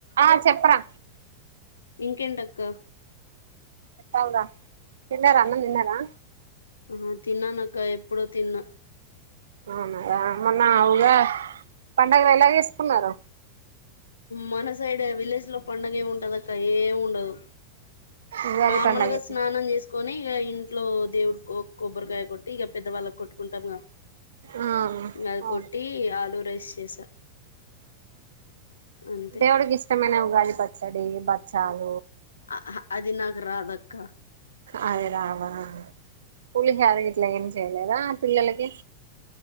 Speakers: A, on the right (about 65°); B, on the left (about 70°).
A: ఆ చెప్పరా
B: ఇంకంటకా
A: చెప్పాలిరా తన్నారా అన్న నిన్నారా
B: ఆ తిన్నాన అక్క ఎప్పుడో తిన్నా
A: అవునాదా మొన్న ఆఊగా పండగలు ఎలాగేసుకున్నారు
B: మన సైడ్ విలేజ్ లో పండగ ఏమి ఉంటద అక్క ఏమి ఉండదు
A: ఉగాది
B: నార్మల్
A: పండగే
B: గా స్నానం చేసుకు ట్కొని ఇక ఇంట్లో దేవుడు కొబ్బరికాయ కొట్టి ఇక పెద్దవాళ్ళకి కొట్టుకుంటాము
A: ఆ
B: అది
A: అవును
B: కొట్టి ఆలూ రైస్ చేసా అంతే
A: దేవడికి ఇష్టమనే ఉగాలి పచ్చడి బచ్చాాలు
B: ఆ ఆదినకు అదక్క
A: అదే రావా పూలు చేద ఇట్లా ఏమి చేయలేదా పిల్లలకి